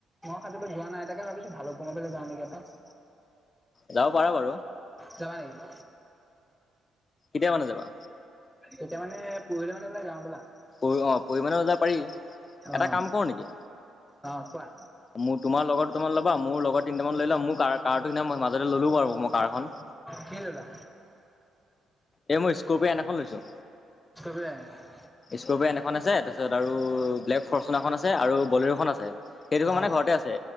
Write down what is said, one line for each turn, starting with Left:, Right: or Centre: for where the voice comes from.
Centre: সাজলৈ যোৱা নাই এ তাকে ভাবিছো ভালো তোমাৰফালে যাৱ নেকি এপাক,
Left: যাব পাৰা বাৰু
Centre: যাবা নেকি <inaudible>
Left: কেতিয়া মানে যাবা
Centre: কেতিয়া মানে পৰহিলে মানে বোলে যাওঁ বলা
Left: পৰি অ পৰিমণেও যাব পাৰি
Centre: অ',
Left: এটা কাম কৰো নেকি
Centre: অ', কোৱা
Left: মোৰ তোমাৰ লগত দুটামান ওলাবা মোৰ লগত তিনিমান লৈ ল'ম মোৰ কাৰ সিদিনা মই মাজতে ল'লোঁ বাৰু মই কাৰখন
Centre: কি ললা
Left: এই মই স্কপিঅ এন এখন লৈছোঁ
Centre: <unintelligible>
Left: স্কপিঅ এন এখন আছে তাৰপিছত আৰু ব্লেক ফৰচুন এখন আছে আৰু বলেৰোখন আছে সেই দুখন
Centre: অ',
Left: মানে ঘৰতে আছে